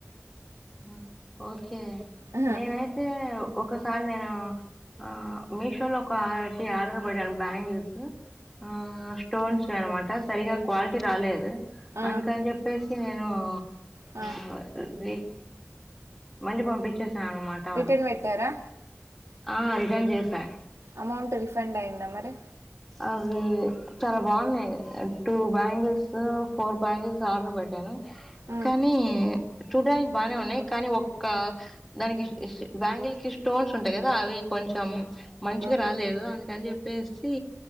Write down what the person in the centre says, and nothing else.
ఆహా ఓకే కే
నేనైతే ఒకసారి నేను ఆ మీషోలో <unintelligible> ఆర్డర్ పేటను బంగిల్స్ ఆ స్టోన్స్ <unintelligible> అనమాట సరిగా క్వాలిటీ రాలేదు
అందుకని చెప్పేసి నేను
<unintelligible> మళ్ళి పంపించే శానా అన్నమాట
వాళ్ళకి
ఆ రిటర్న్ చేసాే
అవి చాలా బాగున్నాయి two bangles four bangles order పెట్టాను
కానీ చూడడానికి బాగానే ఉన్నాయి కానీ ఒక్క దానికి బ్యాంగిల్ కి స్టోన్స్ ఉంటాయి కదా అవి కొంచెం మంచిగా
రాలేదు అందుకని చెప్పేసి